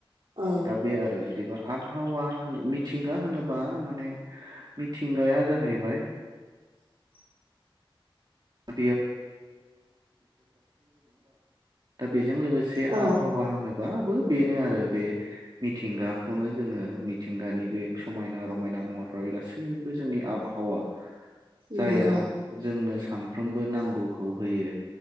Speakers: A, on the right; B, on the right.
A: औ
B: दा बे आरो जुदिबा आबहावा होन मिथिंगा होनोबा माने मिथिंगाया जाहैबाय
A: <inaudible>
B: <inaudible> बेजों लोगोसे
A: औ
B: आबहावा होनो बाबो बेनो आरो बे मिथिंगाखौनो जोङो मिथिंगानि बे समायना रमायना महरफ्रा बे गासैबो जोंनि आबहावा
A: नंगौ
B: जायहा जोंनो सामफ्रोमबो नांगौखौ होयो